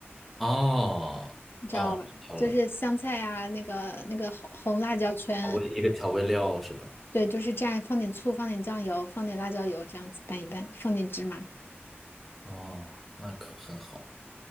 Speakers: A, in the centre; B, on the left.
A: 哦哦，
B: 你知道吧？
A: 我知道了。
B: 就是香菜啊，那个那个红红辣椒圈。
A: 调味一个调味料是吧？
B: 对，就是蘸放点醋，放点酱油，放点辣椒油，这样子拌一拌，放点芝麻。
A: 哦，那可很好。